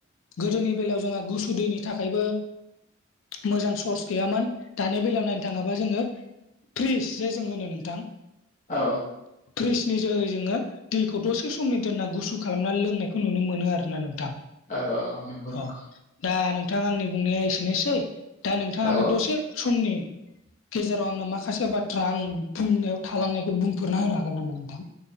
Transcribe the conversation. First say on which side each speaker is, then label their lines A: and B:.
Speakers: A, on the left; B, on the left.
A: गोदोनि बेलायाव जोंहा गुसु दैनि थाखायबो मोजां सर्स गैयामोन। दानि बेलायाव नायनो थाङोबा जोङो फ्रिज जे जों होनो नोंथां।
B: औ।
A: फ्रिजनि जोहै जोङो दैखौ दसे समनि दोनना गुसु खा खालामना लोंनायखौ नुनो मोनो आरोना नोंथां।
B: औ औ नंगौ
A: अ
B: नंगौ।
A: दा नोंथाङा आंनि बुंनाया एसेनोसै। दा नोंथाङाबो
B: औ
A: दसे समनि गेजेराव आंनो माखासे बाथ्रा आं बुंनायाव थालांनायखौ बुंफोरना होनो हागोन नामा नोंथां?